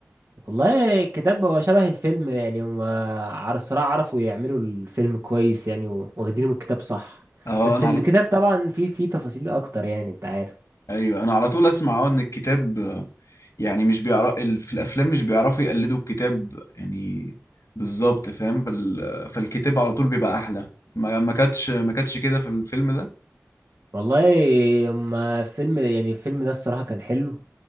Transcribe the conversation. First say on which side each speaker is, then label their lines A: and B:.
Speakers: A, on the right; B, on the left.
A: والله الكتاب هو شبه الفيلم يعني هما على الصراحة عرفوا يعملوا الفيلم كويس يعني و- واخدينه من الكتاب صح
B: اه
A: بس
B: انا
A: الكتاب
B: على...
A: طبعا فيه فيه تفاصيل أكتر يعني أنت عارف
B: ايوه انا على طول اسمع اه ان الكتاب آه، يعني مش بيعرف في الافلام مش بيعرفوا يقلدوا الكتاب يعني بالظبط فاهم فال... فالكتاب على طول بيبقى احلى ما ما كانتش ما كانتش كده في الفيلم
A: والله هما فيلم يعني الفيلم ده الصراحة كان حلو